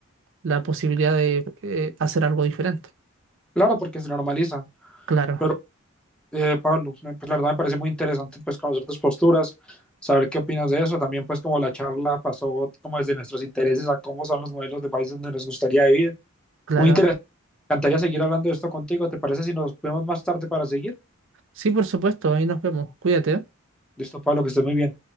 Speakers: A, on the right; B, in the centre.
A: la posibilidad de eh, hacer algo diferente.
B: Claro, porque se normaliza.
A: Claro,
B: Pero, eh, Pablo, me- pues la verdad me parece muy interesante pues conocer tus posturas, saber qué opinas de eso. También pues como la charla pasó como desde nuestros intereses a cómo son los modelos de países donde nos gustaría vivir.
A: claro.
B: Muy interesante. Me encantaría seguir hablando de esto contigo. ¿Te parece si nos vemos más tarde para seguir?
A: Sí, por supuesto, ahí nos vemos. Cuídate. ¿eh?
B: Listo, Pablo, que estés muy bien.